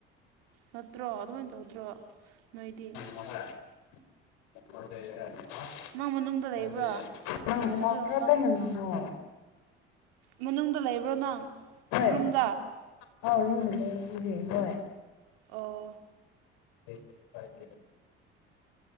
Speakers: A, on the right; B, on the left.
A: ꯅꯠꯇ꯭ꯔꯣ ꯑꯗꯨꯃꯥꯏꯟ ꯇꯧꯗ꯭ꯔꯣ ꯅꯣꯏꯗꯤ
B: <unintelligible> <unintelligible>
A: ꯅꯪ ꯃꯅꯨꯡꯗ ꯂꯩꯕ꯭ꯔꯥ
B: ꯅꯪ
A: ꯅꯠꯇ꯭ꯔꯒ
B: ꯋꯥ ꯈꯔ
A: ꯃꯄꯥꯟ
B: ꯀꯟꯅ ꯉꯥꯡꯉꯣ
A: ꯃꯅꯨꯡꯗ ꯂꯩꯕ꯭ꯔꯣ ꯅꯪ
B: <unintelligible>
A: ꯔꯨꯝꯗ ꯑꯣ
B: <unintelligible>